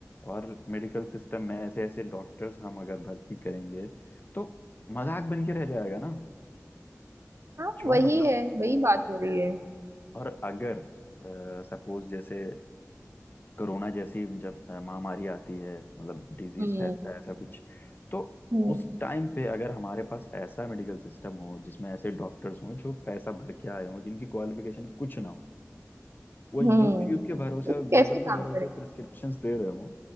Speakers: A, on the left; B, on the right.
A: और मेडिकल सिस्टम में ऐसे ऐसे डॉक्टर्स हम अगर भर्ती करेंगे तो मजाक बन के रह जाएगा ना
B: हाँ
A: जो
B: वही
A: मतलब
B: है वही बात हो रही है
A: और अगर सपोज जैसे कोरोना जैसी जब अ, महामारी आती है मतलब डिजीज
B: हम्म
A: फैलता है ऐसा कुछ तो
B: हम्म
A: उस टाइम पे अगर हमारे पास ऐसा मेडिकल सिस्टम हो जिसमें ऐसे डॉक्टर्स हों जो पैसा भर के आए हों जिनकी क्वालिफिकेशन कुछ ना हो वो
B: हम्म
A: यूट्यूब के भरोसे
B: तो कैसे
A: और गूगल
B: काम
A: के भरोसे
B: करें
A: प्रिस्क्रिप्शंस दे रहे हों